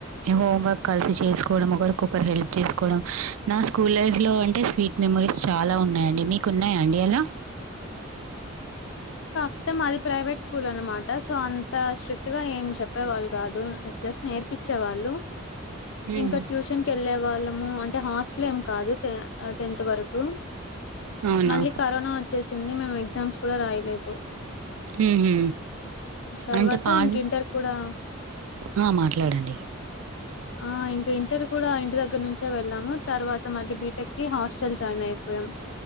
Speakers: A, on the right; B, on the left.
A: హోంవర్క కలిసి చేసుకోవడం ఒకరికొకరు హెల్ప్ చేసుకోవడం నా స్కూల్ లైఫ్ లో అంటే స్వీట్ మెమ మెమోరీస్ చాలా ఉన్నాయండి మీకు ఉన్నాయండి అలా
B: ప్రస్తుతం అది ప్రైవేట్ స్కూల్ అన్నమాట సో అంత స్ట్రిక్ట్ గా ఏం చెప్పేవాళ్ళు కాదు జస్ట్ నేర్పిచ్చి వచ్చేవాళ్లు
A: హ్మ్.
B: ఇంకా ట్యూషన్ కి వెళ్లే వాళ్ళము అంటే హాస్టల్ కాదు తే ఆ టెన్త్ వరకు
A: అవునా?
B: మళ్ళీ కరోనా వచ్చేసింది మేమ్ ఎగ్జామ్స్ కూడా రాయలేదు
A: హుహు.
B: తర్వాత
A: అంటే పాట్
B: ఇంక ఇంటర్ కూడా
A: ఆ! మాట్లాడండి.
B: ఆ ఇంకా ఇంటర్ కూడా ఇంటి దగ్గర నుంచి వెళ్ళాము తర్వాత మళ్ళీ బీటెక్కిి హాస్టల్ జాయిన్ అయిపోయాము.